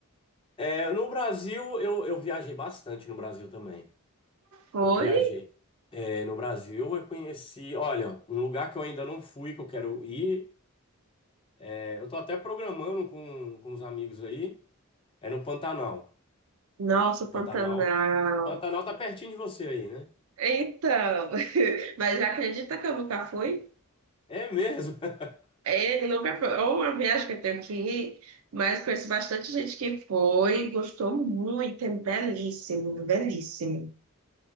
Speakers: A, on the left; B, on the right.
A: É, no Brasil, eu, eu viajei bastante no Brasil também.
B: Foi?
A: Eu viajei. É, no Brasil, eu conheci. Olha, um lugar que eu ainda não fui, que eu quero ir. é, eu tô até programando com, com os amigos aí. É no Pantanal.
B: Nossa, Pantanal.
A: Pantanal. Pantanal tá pertinho de você aí, né?
B: Então, <laughs> mas acredita que eu nunca fui?
A: É mesmo? <laughs>
B: Ele não me apro- é uma viagem que eu tenho que ir, mas conheço bastante gente que foi, gostou muito, é belíssimo, belíssimo.